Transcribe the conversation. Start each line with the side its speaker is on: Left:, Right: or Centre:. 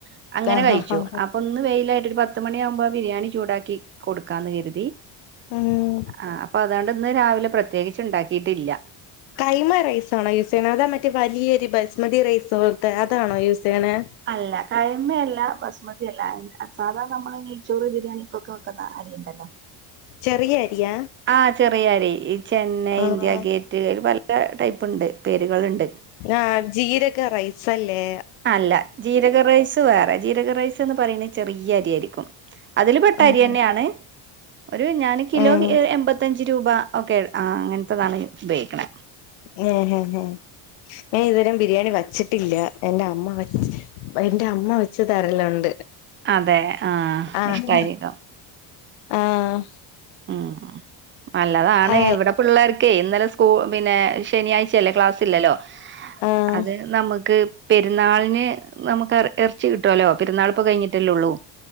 Right: <inaudible> അങ്ങനെ
Left: ആഹ്
Right: കഴിച്ചു
Left: ആഹ് ആഹ്
Right: അപ്പൊ ഒന്ന് വെയിലായിട്ട് ഒരു പത്ത് മണിയ ആകുമ്പോ ബിരിയാണി ചൂടാക്കി കൊടുക്കാന്ന് കരുതി
Left: ഉം
Right: ആഹ് അപ്പൊ അതൊണ്ട് ഇന്ന് രാവിലെ പ്രത്യേകിച്ച ഉണ്ടാക്കിയിട്ടില്ല
Left: കൈമ റൈസ് ആണോ യൂസ് ചെയ്യണ അതാ മറ്റേ വലിയൊരു ബസ്മതി റൈസക്കെ അതാണോ യൂസ് ചെയ്യണ
Right: അല്ല കായ്മയല്ല ബസ്മതിയല്ല സാധാരണ നമ്മള് നെയച്ചോറ് ബിരിയാണിപ്പോക്കെ വെക്കുന്ന അരി ഉണ്ടല്ലോ
Left: ചെറിയ അരിയ
Right: ആഹ് ചെറിയ അരി ഈ ചെന്നൈ
Left: ആഹ്
Right: ഇന്ത്യ ഗേറ്റ് പല ടൈപ്പ്ണ്ട് പേരുകളൾണ്ട്
Left: ആഹ് ജീരക റൈസ് ല്ലേ
Right: അല്ല ജീരക റൈസ് വേറെ ജീരക റൈസ് ന്ന് പറയുന്ന ചെറിയ അരിയായിരിക്കും അതില് പെട്ട
Left: ആഹ്
Right: അരി തന്നെയാണ് ഒരു ഞാന് കിലോ
Left: ആഹ്
Right: എൺമ്പത്തഞ്ച് രൂപ ഒക്കെ ആ അങ്ങനത്തെതാണ് ഉപയോഗിക്കണ
Left: ഹെ ഹെ ഹെ ഞാൻ ഇതുവരെ ബിരിയാണി വച്ചിട്ടില്ല എന്റെറെ അമ്മ വ എന്റെ അമ്മ വെച്ച് തരലുണ്ട്
Right: അതെ ആ
Left: ആഹ്
Right: ഇഷ്ടായിരിക്കും
Left: ആഹ്
Right: ഉം നല്ലതാണ്
Left: ആഹ്
Right: ഇവിടെ പിള്ളേർക്കേ ഇന്നലെ സ്കൂ പിന്നെ ശനിയാഴ്ചയല്ലേ ക്ലാസ്സില്ലല്ലോ
Left: ആഹ്
Right: അത് നമുക്ക് പെരുന്നാളിന് നമുക്ക് ഇറച്ചി കിട്ടുവല്ലോ പെരുന്നാൾ ഇപ്പൊ കഴിഞ്ഞിട്ടല്ലേ ഉള്ളൂ